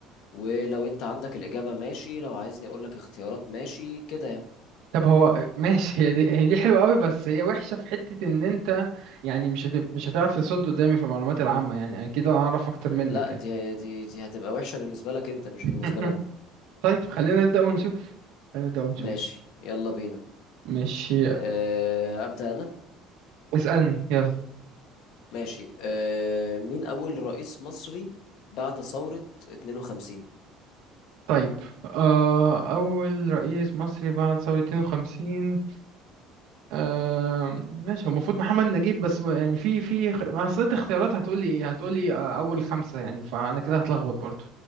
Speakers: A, on the left; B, on the right.
A: ولو أنت عندك الإجابة ماشي لو عايزني أقولك اختيارات ماشي كده يعني
B: طب هو <laughs> ماشي هي دي, هي دي حلوه قوي بس هي وحشه في حته ان انت يعني مش هتب... مش هتعرف تصد قدامي في المعلومات العامه يعني اكيد انا اعرف اكتر منك
A: آه، لا
B: يعني
A: دي دي دي هتبقى وحشة بالنسبة لك أنت مش
B: <laughs>
A: بالنسبة لنا
B: طيب خلينا نبدا ونشوف خلينا نبدا ونشوف
A: ماشي يلا بينا
B: ماشي
A: آه، أبدأ أنا
B: اسالني يلا
A: ماشي آه، مين أول رئيس مصري بعد ثورة 52
B: طيب آه، أول رئيس مصري بعد ثورة 52 آه، ماشي هو المفروض محمد نجيب بس ب- يعني في في خ- ما أصل أنت اختيارات هتقولي إيه هتقولي آه، أول خمسة يعني فأنا كده هتلخبط برضو